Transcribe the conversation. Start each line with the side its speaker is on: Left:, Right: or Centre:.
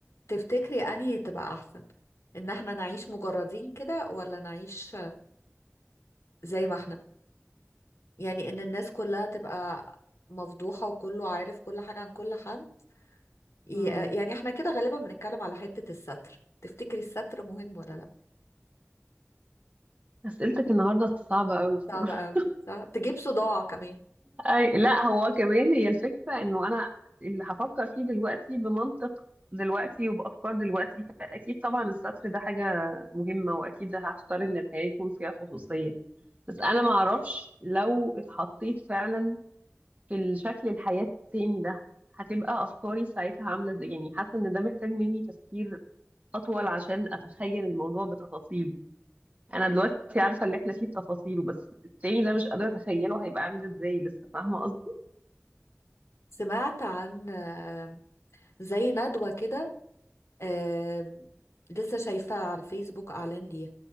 Left: تفتكري انهي تبقى احسن ان احنا نعيش مجردين كده ولا نعيش زي ما احنا يعني ان الناس كلها تبقى مفضوحه وكله عارف كل حاجه عن كل حد ي-
Right: مم.
Left: يعني احنا كده غالبا بنتكلم على حتة الستر تفتكري الستر مهم ولا لا
Right: أسئلتك النهاردة صعبة أوي <laughs> بصراحة
Left: صعب قوي صح تجيب صداع كمان
Right: أي لا هو كمان هي الفكرة إنه أنا اللي هفكر فيه دلوقتي بمنطق دلوقتي وبأفكار دلوقتي فأكيد طبعا السطر ده حاجة مهمة وأكيد ده هختار إن الحياة يكون فيها خصوصية بس أنا معرفش لو اتحطيت فعلا في الشكل الحياة التاني ده هتبقى أفكاري ساعتها عاملة إزاي يعني حاسة إن ده محتاج مني تفكير اطول عشان اتخيل الموضوع بتفاصيل انا دلوقتي عارفه اللي احنا فيه بتفاصيله بس التاني ده مش قادره اتخيله هيبقى عامل ازاي لسه فاهمه قصدي
Left: سمعت عن آم، زي ندوة كده آم، لسه شايفة على الفيسبوك اعلان ليها